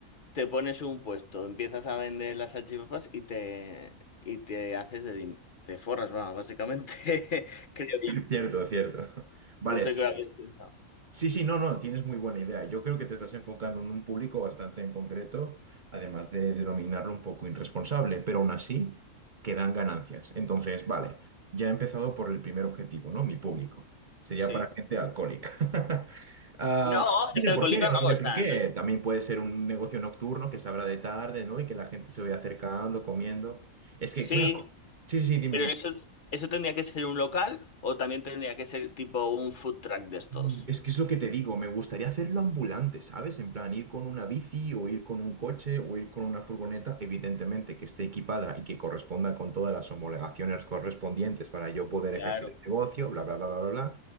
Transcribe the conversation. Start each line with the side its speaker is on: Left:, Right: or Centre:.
Left: Te pones un puesto, empiezas a vender las salchipapas y te, y te haces de din- te forras, va, básicamente, <laughs> creo yo.
Right: Cierto, cierto. Vale,
Left: No sé
Right: sí.
Left: qué habéis pensado.
Right: Sí, sí, no, no, tienes muy buena idea. Yo creo que te estás enfocando en un público bastante en concreto, además de denominarlo un poco irresponsable, pero aún así que dan ganancias. Entonces, vale, ya he empezado por el primer objetivo, ¿no? Mi público. Sería
Left: Sí.
Right: para gente alcohólica. <laughs> Ah,
Left: No,
Right: no tiene
Left: gente
Right: por
Left: alcohólica
Right: qué, no tiene
Left: no, o
Right: por
Left: sea,
Right: qué.
Left: no-
Right: También puede ser un negocio nocturno que se abra de tarde, ¿no? Y que la gente se vaya acercando, comiendo. Es
Left: Sí,
Right: que, claro. Sí, sí, sí, dime,
Left: pero
Right: dime.
Left: eso, eso tendría que ser un local o también tendría que ser tipo un food truck de estos.
Right: Mm, Es que es lo que te digo, me gustaría hacerlo ambulante, ¿sabes? En plan, ir con una bici o ir con un coche o ir con una furgoneta, evidentemente que esté equipada y que corresponda con todas las homologaciones correspondientes para yo poder
Left: Claro,
Right: ejercer el negocio, bla, bla, bla, bla, bla, bla.